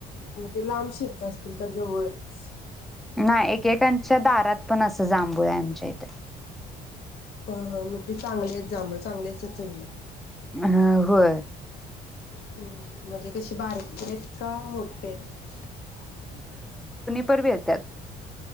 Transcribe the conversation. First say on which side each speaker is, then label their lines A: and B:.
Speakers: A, on the left; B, in the centre.
A: म्हणजे लांब शेतं अस त का जवळच.
B: नाही एकेकांच्या दारात पण अस जांभूळाय आमच्या इथ.
A: हा हा मग ते चांगले आहेत जांभळ चांगले <unintelligible> चवीला.
B: हा होय.
A: हम्म म्हणजे कशी बारकीयत का मोठीयत? <unintelligible>
B: प <unintelligible> येत्यात.